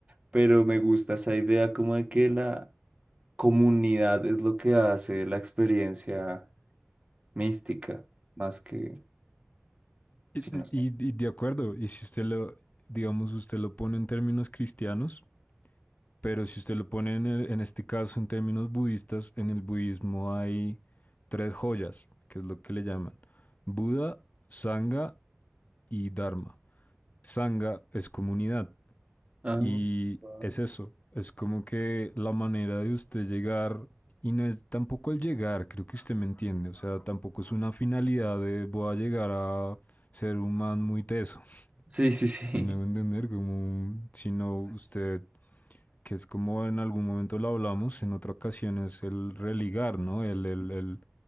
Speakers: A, on the right; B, on the left.
A: pero me gusta esa idea como de que la comunidad es lo que hace la experiencia mística, más que,
B: Y,
A: sí,
B: y-
A: no sé.
B: y de acuerdo, y si usted lo, digamos, usted lo pone en términos cristianos, pero si usted lo pone en, el- en este caso en términos budistas, en el budismo hay tres joyas, que es lo que le llaman Buda, Sangha y Dharma. Sangha es comunidad
A: Ah,
B: Y
A: wow.
B: es eso, es como que la manera de usted llegar, y no es tampoco el llegar, creo que usted me entiende, o sea, tampoco es una finalidad de voy a llegar a ser un man muy teso, <laughs>
A: Sí, sí, sí.
B: si me va a entender, como, sino usted, que es como en algún momento lo hablamos, en otra ocasión es el religar, ¿no? El, el, el,